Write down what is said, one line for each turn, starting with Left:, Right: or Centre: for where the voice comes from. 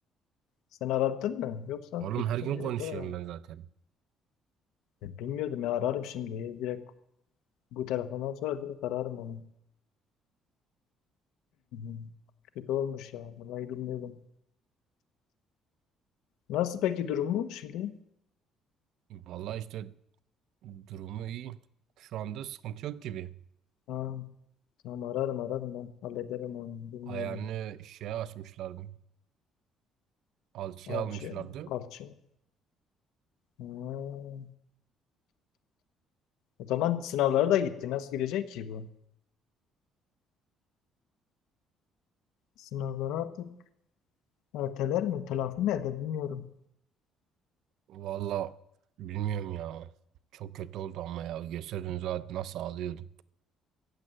Left: Sen aradın mı? Yoksa
Right: Oğlum
Left: gittin
Right: her gün
Left: direkt
Right: konuşuyorum
Left: oraya.
Right: ben zaten.
Left: E, Bilmiyordum ya ararım şimdi. Direkt bu telefondan sonra direkt ararım onu. <clears throat> Kötü olmuş ya. Vallahi bilmiyordum. Nasıl peki durumu şimdi?
Right: valla işte durumu iyi. Şu anda sıkıntı yok gibi.
Left: Ha, tamam ararım ararım ben. Hallederim onu. Bilmiyordum.
Right: Ayağını şeye açmışlardı. Alçıya
Left: Alçı.
Right: almışlardı.
Left: Alçı. Ha. O zaman sınavlara da gitti. Nasıl gidecek ki bu? Sınavları artık erteler mi? Telafi mi eder bilmiyorum.
Right: valla bilmiyorum ya. Çok kötü oldu ama ya. Gösterdin zaten nasıl ağlıyordum.